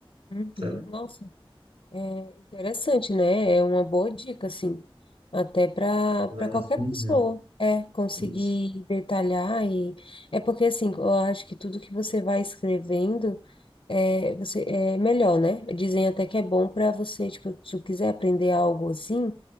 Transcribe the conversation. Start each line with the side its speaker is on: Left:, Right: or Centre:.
Left: Uhum.
Right: sabe?
Left: Nossa. É interessante, né? É uma boa dica, assim, até para
Right: Você
Left: para
Right: Vai racionalizando.
Left: qualquer pessoa, é conseguir
Right: Isso,
Left: detalhar e é porque assim, eu acho que tudo que você vai escrevendo é você é melhor, né? Dizem até que é bom para você, tipo, se tu quiser aprender algo assim,